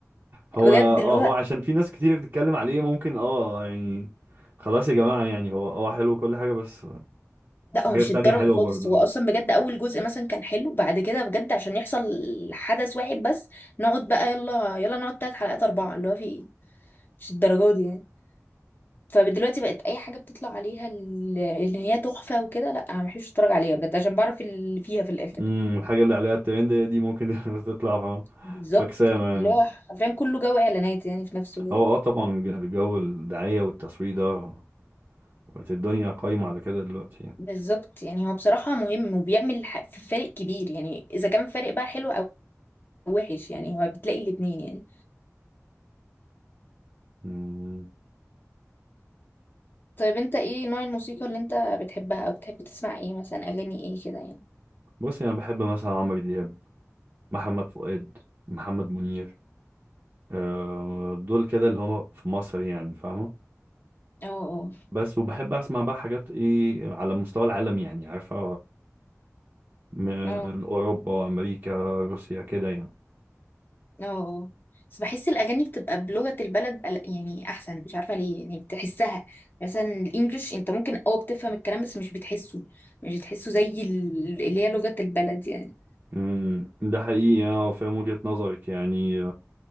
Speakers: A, on the right; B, on the left.
A: هو
B: بجد
A: اه
B: اللي هو
A: هو عشان في ناس كتير بتتكلم عليه ممكن اه يعني خلاص يا جماعه يعني هو اه حلو كل حاجه بس
B: لا
A: الحاجه
B: هو مش
A: التانيه
B: الدرجة
A: حلوه
B: خالص
A: برضو
B: هو اصلا بجد اول جزء مثلا كان حلو بعد كده بجد عشان يحصل حدث واحد بس نقعد بقى يلا يلا نقعد تلات حلقات اربعة اللي هو في ايه مش الدرجة دي يعني فدلوقتي بقت اي حاجة بتطلع عليها ال- اللي هي تحفة وكده لا انا مبحبش اتفرج عليها بجد عشان بعرف اللي فيها في الاخر
A: امم الحاجه اللي عليها الترند هي دي ممكن <laughs> تطلع ف-
B: بالظبط
A: فكسانه يعني
B: اللي هو حرفيا كله جو اعلانات يعني في نفسه كده
A: هو اه طبعا الج- الجو الدعايه والتصوير ده بقت الدنيا قايمه على كده دلوقتي يعني.
B: بالظبط يعني هو بصراحة مهم وبيعمل ح- في فارق كبير يعني اذا كان فارق بقى حلو او وحش يعني هو بتلاقي الاتنين يعني
A: امم
B: طيب انت ايه نوع الموسيقى اللي انت بتحبها او بتحب تسمع ايه مثلا اغاني ايه كده يعني
A: بصي انا بحب مثلا عمرو دياب محمد فؤاد محمد منير آه، دول كده اللي هما في مصر يعني فاهمة
B: اه اه
A: بس وبحب أسمع بقى حاجات إيه على مستوى العالم يعني عارفة من
B: اه
A: أوروبا أمريكا روسيا كده يعني
B: اه آه. بس بحس الأغاني بتبقى بلغة البلد أل- يعني أحسن مش عارفة ليه يعني بتحسها مثلا الإنجليش أنت ممكن اه بتفهم الكلام بس مش بتحسه مش بتحسه زي ال- اللي هي لغة البلد يعني
A: مم، ده حقيقي أه فاهم وجهة نظرك يعني